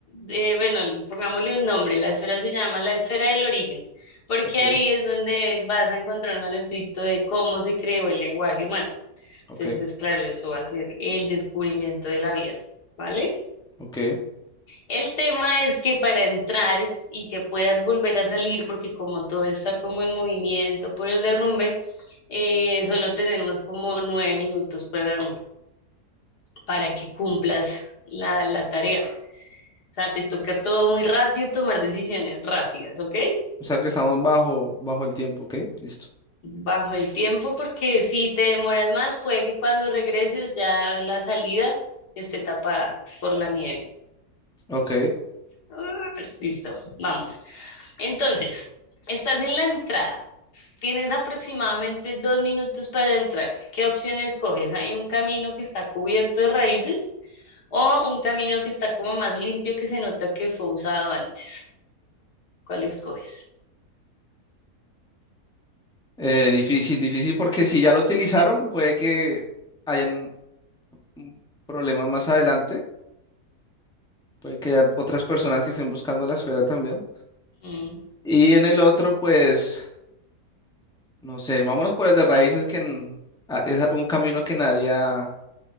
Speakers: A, on the left; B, in the centre.
A: eh, bueno, l- pongámosle un nombre, la esfera se llama la esfera del origen, porque
B: ok,
A: ahí es donde vas a encontrar un manuscrito de cómo se creó el lenguaje humano. Entonces,
B: ok,
A: pues claro, eso va a ser el descubrimiento de la vida, ¿vale?
B: ok.
A: El tema es que para entrar y que puedas volver a salir, porque como todo está como en movimiento por el derrumbe, eh, solo tenemos como nueve minutos para, para que cumplas la, la tarea. O sea, te toca todo muy rápido, tomar decisiones rápidas, ¿ok?
B: O sea que estamos bajo, bajo el tiempo, ¿ok? Listo.
A: Bajo el tiempo, porque si te demoras más, puede que cuando regreses ya la salida esté tapada por la nieve.
B: Ok.
A: Ah, Listo, vamos. Entonces, estás en la entrada. Tienes aproximadamente dos minutos para entrar. ¿Qué opción escoges? ¿Hay un camino que está cubierto de raíces o un camino que está como más limpio que se nota que fue usado antes? ¿Cuál escoges?
B: Eh, difícil, difícil, porque si ya lo utilizaron, puede que hayan mm, problemas más adelante. Puede que haya otras personas que estén buscando la esfera también.
A: Mm,
B: Y en el otro, pues, no sé, vámonos por el de raíces, que en- a- es un camino que nadie ha